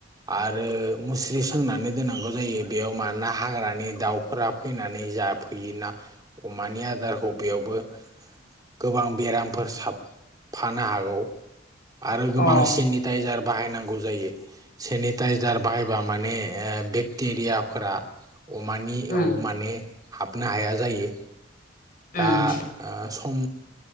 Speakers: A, on the right (about 20°); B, on the left (about 50°).
A: आरो मुस्रि सोंनानै दोनांगौ जायो बेयाव मानोना हाग्रानि दाउफोरा फैनानै जा फैयोना अमानि आदारखौ बेयावबो गोबां बेराम फोर साबफानो हागौ आरो
B: अ
A: गोबां सेनि टाइजार बाहायनांगौ जायो सेनिटाइजार बाहायबा माने ओ बेक्टेरियाफोरा अमानियाव
B: उम
A: माने हाबनो हाया जायो
B: उम
A: दा ओ सम